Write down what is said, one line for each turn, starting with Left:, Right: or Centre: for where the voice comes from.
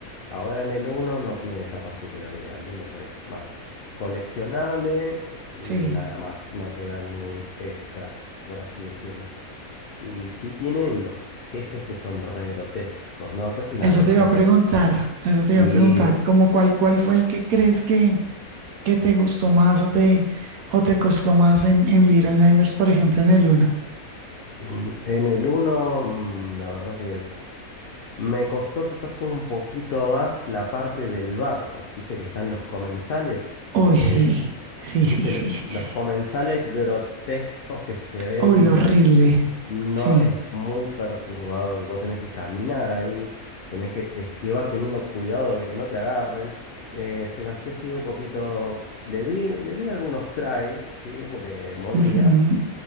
Left: Ahora en el uno no tiene esa particularidad, el uno ya es más coleccionable y
Right: Sí.
Left: nada más, no te da ningún extra, por así decirlo. Y sí tiene unos jefes que son re grotescos, ¿no? ¿Qué opinas
Right: Eso
Left: de los
Right: te
Left: jefes?
Right: iba a preguntar, eso
Left: Sí,
Right: te iba a preguntar, como cuál, cuál fue el que crees que, que te gustó más o te, o te costó más en, en Little Nightmares, por ejemplo, en el uno?
Left: mm, en el 1, la verdad que Me costó quizás un poquito más la parte del barco. Viste que están los comensales,
Right: Uy,
Left: que,
Right: sí, sí,
Left: viste,
Right: sí, sí,
Left: lo- eh,
Right: sí.
Left: los
Right: sí.
Left: comensales grotescos que se ven,
Right: Uy, horrible.
Left: no
Right: Sí.
Left: es muy perturbador. Vos tenés que caminar ahí, tenés que esquivar teniendo cuidado de que no te agarren. Eh, se me hacía así un poquito. Le di, le di algunos try, ¿sí? Porque moría.
Right: ujú.